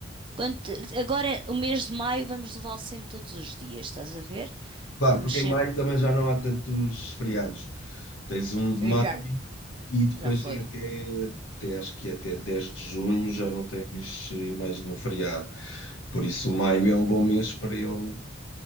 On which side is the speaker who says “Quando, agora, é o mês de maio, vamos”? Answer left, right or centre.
Right